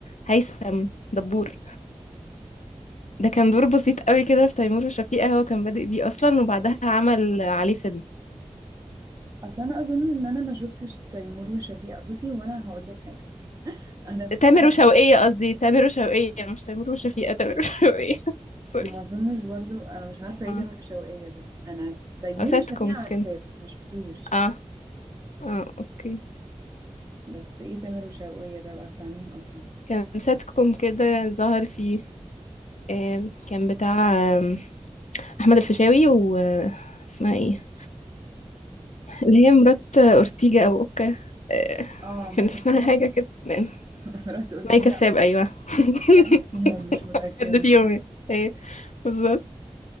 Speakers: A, on the left; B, on the right.
A: هيثم دبور ده كان دور بسيط قوي كده في تيمور وشفيقة هو كان بادئ بيه اصلا وبعدها عمل عليه فيلم
B: اصل انا اظن ان انا ما شفتش تيمور وشفيقة بصي وانا هقول لك حاجة انا
A: تامر
B: انا
A: وشوقية قصدي تامر وشوقية مش تيمور وشفيقة تامر وشوقية <laughs> سوري
B: ما اظنش برضو انا مش عارفه ايه
A: اه
B: تامر وشوقية ده انا تيمور
A: أو ساتكم
B: وشفيقة
A: كان
B: عارفاه بس ما شفتوش
A: اه اه اوكي
B: بس ايه تامر وشوقية ده بقى بتاع مين اصلا
A: كان ساتكم كده ظهر فيه آم، كان بتاع آم، احمد الفيشاوي و آه، اسمها ايه اللي هي مرات آه، اورتيجا او اوكا آه،
B: اه مايا
A: كان اسمها
B: كساب
A: حاجه كده آه،
B: <laughs> مرات اورتيجا
A: مي كساب
B: او أوكا.
A: ايوه
B: واحد
A: <laughs>
B: فيهم مش متاكده
A: حد فيهم يعني. ايه بالظبط